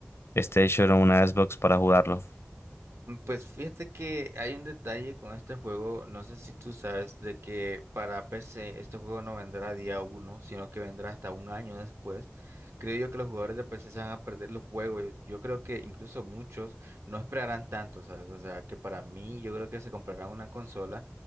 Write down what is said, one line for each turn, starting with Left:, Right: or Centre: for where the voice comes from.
Left: PlayStation o una Xbox para jugarlo.
Right: Mm, Pues fíjate que hay un detalle con este juego, no sé si tú sabes, de que para PC este juego no vendrá día uno, sino que vendrá hasta un año después. Creo yo que los jugadores de PC se van a perder los juegos. Yo, yo creo que incluso muchos no esperarán tanto, ¿sabes? O sea, que para mí yo creo que se comprarán una consola